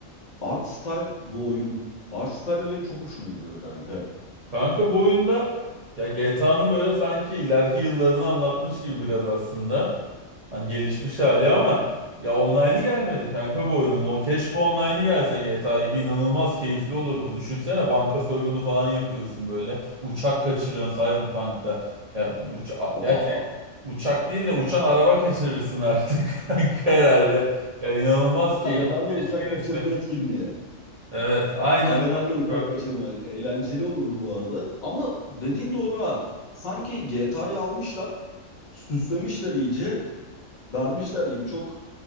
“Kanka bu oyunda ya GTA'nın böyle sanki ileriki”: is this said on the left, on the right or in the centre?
Right